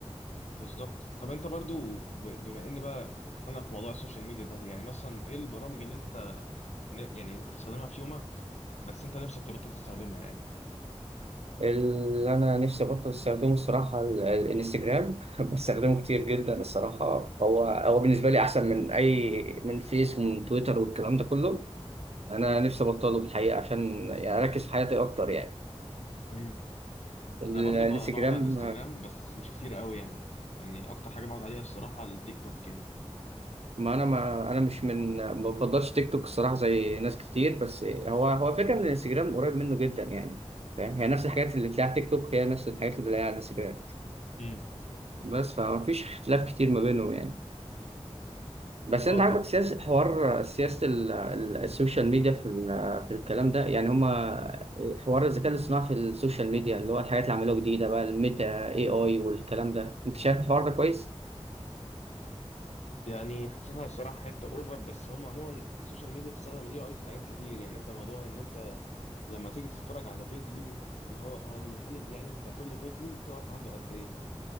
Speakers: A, on the left; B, on the right.
A: بالظبط طب انت برضو ب- بما ان بقى دخلنا في موضوع السوشيال ميديا ده يعني مثلا ايه البرامج اللي انت ن- يعني انت بتستخدمها في يومك بس انت نفسك تبطل تستخدمها يعني
B: اللي أنا نفسي أبطل أستخدمه الصراحة ال- الانستجرام <laughs> بستخدمه كتير جدا الصراحة هو هو بالنسبة لي أحسن من أي من فيس ومن تويتر والكلام ده كله أنا نفسي أبطله في الحقيقة عشان يعني أركز في حياتي أكتر يعني
A: امم
B: الانستجرام
A: انا برضو ب- بقعد على الانستجرام بس مش كتير قوي يعني يعني اكتر حاجه بقعد عليها الصراحه التيك توك يعني
B: ما انا ما انا مش من ما بفضلش تيك توك الصراحه زي ناس كتير بس هو هو فكره ان الانستجرام قريب منه جدا يعني فاهم هي نفس الحاجات اللي بتلاقيها على تيك توك هي نفس الحاجات اللي بتلاقيها على الانستجرام
A: امم
B: بس فما فيش اختلاف كتير ما بينهم يعني بس
A: اه
B: انت عاجبك
A: طبعا
B: سياسه حوار سياسه ال- ال- السوشيال ميديا في ال- في الكلام ده يعني هما حوار الذكاء الاصطناعي في السوشيال ميديا اللي هو الحاجات اللي عملوها جديده بقى الميتا اي اي والكلام ده انت شايف الحوار ده كويس؟
A: يعني حاسسها الصراحه حته اوفر بس هم عموما السوشيال ميديا بتستخدم الاي اي في حاجات كتير يعني انت موضوع ان انت لما تيجي تتفرج على فيديو اللي هو هو بيحلل يعني انت كل فيديو بتقف عنده قد ايه